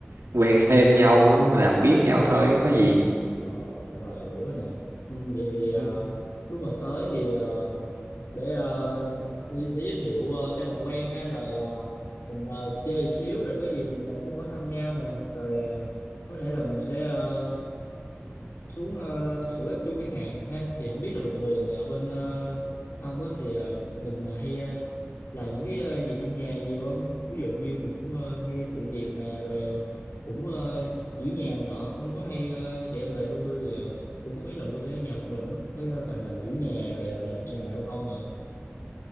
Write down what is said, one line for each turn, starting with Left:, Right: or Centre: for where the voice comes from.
Right: quen thêm nhau làm biết nhau thôi có gì
Left: Ờ, rồi hiểu rồi nè ừ, vậy thì ờ,
Right: <laughs>
Left: lúc mà tới thì ờ, để uh, Nhi sẽ giới thiệu ờ, cho làm quen ha rồi ờ, mình ờ, chơi xíu rồi có gì mình ờ, cũng hỏi thăm nhau nè rồi ờ, có thể là mình sẽ ờ, xuống ờ, của bếp chung chẳng hạn ha thì không biết là bình thường ờ, bên ờ, ông á thì ờ, mình là hay ờ, làm những cái ờ, việc trong nhà nhiều không ví dụ như mình cũng ờ, hay phụ việc nè rồi ờ, cũng ờ, giữ nhà này nọ ông có hay ờ, vậy không tại bên tôi thì ờ, cũng có mấy lần tôi phải ở nhà một mình đó cũng phải ờ, toàn là giữ nhà rồi là làm việc nhà đâu không à